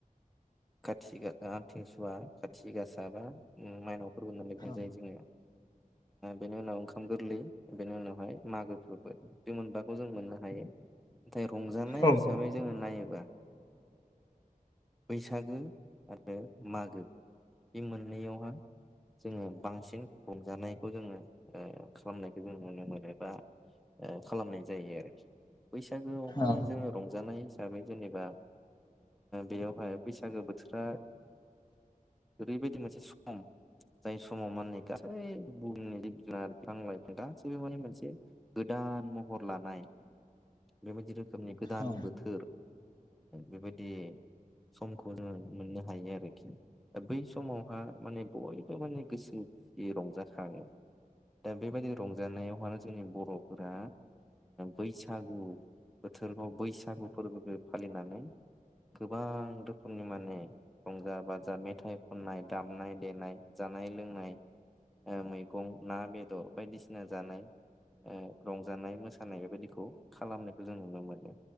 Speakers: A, in the centre; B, on the left.
A: थि आथिंसुवा खाथि गासा बा माइनाव फोरबो होननानै बुंजायो
B: औ
A: जोङो बेनि उनाव ओंखाम गोरलै बेनि उनावहाय मागोबो बे मोनबाखौ जों मोननो हायो। नाथाय रंजानाय
B: औ
A: हिसाबै जोङो नायोबा। बैसागो आरो मागो बे मोननैयावहा जोङो बांसिन रंजानायखौ जोङो खालामनायखौ जों नुनो मोनो। बा खालामनाय जायो आरोखि बैसागोआवहााय
B: औ
A: जोङो रंजानाय। हिसाबै जेनेबा बेयावहाय बैसागो बोथोर
B: <inaudible>
A: ओरैबायदि मोनसे सम जाय समाव मान गासै बुहुमनिखि आंलाय गासैबो माने मोनसे गोदान महर लानाय बेबायदिनो रोखोमनि गोदान
B: औ
A: बोथोर बेबायदि समखौ जों मोननो हायो आरोखि दा बै समावहा माने बयबो माने गोसोयै रंजाखाङो। दा बेबायदि रंजानायावहानो जोंनि बर'फोरा बैसागु बोथोरखौ बैसागु फोरबोखौ फालिनानै गोबां रोखोमनि माने रंजा बाजा मेथाइ खननाय दामनाय देनाय जानाय लोंनाय मैगं ना बेदर बायदिसिना जानाय रंजानाय मोसानाय बेबायाददिखौ खालामनायखौ जों नुनो मोनो।